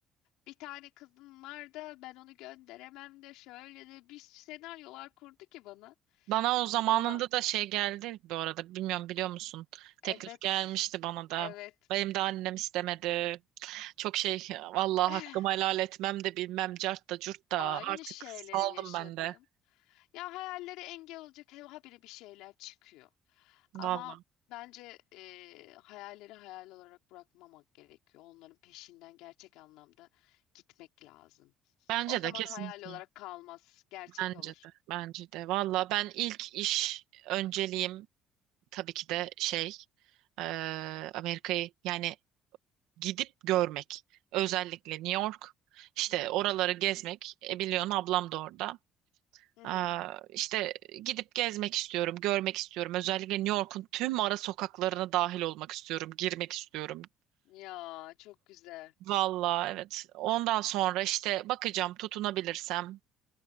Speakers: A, on the left; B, on the right.
A: Bir tane kızım var da ben onu gönderemem de şöyle de bir senaryolar kurdu ki bana.
B: Bana o zamanında
A: Ona
B: da şey geldi bu arada. Bilmiyorum biliyor musun?
A: evet,
B: Teklif gelmişti bana da.
A: evet.
B: Benim de annem istemedi. Çok şey vallahi
A: <laughs>
B: hakkımı helal etmem de bilmem cart da curt da
A: Aynı
B: artık
A: şeyleri
B: saldım
A: yaşadım.
B: ben de.
A: Ya hayallere engel olacak habire bir şeyler çıkıyor.
B: Vallahi.
A: Ama bence eee, hayalleri hayal olarak bırakmamak gerekiyor. Onların peşinden gerçek anlamda gitmek lazım.
B: Bence
A: O zaman
B: de kesinlikle.
A: hayal olarak kalmaz, gerçek
B: Bence
A: olur.
B: de. Bence de. Vallahi ben ilk iş önceliğim tabii ki de şey eee, Amerika'yı yani gidip görmek. Özellikle New York, işte
A: Hı hı,
B: oraları gezmek. E, biliyorsun ablam da orada.
A: hı
B: Aa,
A: hı.
B: işte gidip gezmek istiyorum, görmek istiyorum. Özellikle New York'un tüm ara sokaklarına dahil olmak istiyorum, girmek istiyorum.
A: Ya çok güzel.
B: Valla evet. Ondan sonra işte bakacağım tutunabilirsem.